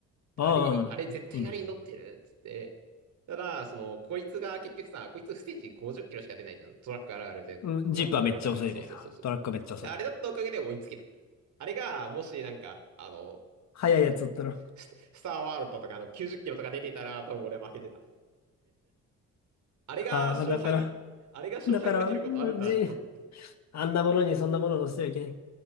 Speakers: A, on the left; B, on the right.
A: ああ、
B: あれに、あれ絶対あれに乗ってるっつって。
A: いいね。
B: ただ、その、こいつが結局さ、こいつ不正値50キロしか出ないじゃん。トラックあるあるで、
A: うん、
B: トラックあるあるだけど、
A: ジープはめっちゃ遅いね。
B: そうそうそうそう。
A: トラックはめっちゃ遅い。
B: で、あれだったおかげで追いつけた。あれが、もしなんか、あの、
A: 速いやつだったら。
B: ス、スターワールドとかあの90キロとか出てたら、多分俺は負けてた。あれが勝敗、
A: ああ、だから、
B: あれが勝敗分けることあるんだなって
A: だから、うんジ、あんなものにそんなもの乗せてはいけない。